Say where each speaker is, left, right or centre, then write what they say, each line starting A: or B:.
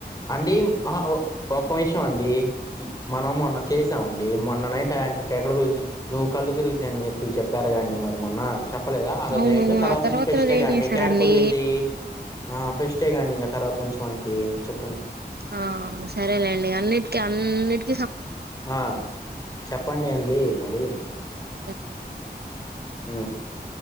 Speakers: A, on the left; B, on the right.
A: అండి అహ్ ఒక్క విషయం అండి మనం మొన్న చేసామండి మొన్న నైట్ ఎంకా కి ఎక్కడ కుదిరింది నువ్వు కళ్ళు తిరుగుతున్నాయి అని చెప్పి చెప్పారుగాండి మరి మొన్న చెప్పలేదా ఆ రోజు
B: అవును
A: నైట్ తర్వాత
B: ఆ
A: నుంచి ఫెస్ట్
B: రోజు
A: టేగా
B: ఏం
A: అండి
B: చేశారండి
A: ఇంకాడ కుదిరింది ఆ ఫెస్ట్ టేగాండి ఇంకా తర్వాత నుంచి మనకి చెప్ అండీ
B: ఆ సరేలేండి అన్నిటికీ అన్నిటి
A: ఆ చెప్పండి అండి మరి
B: అ
A: ఉ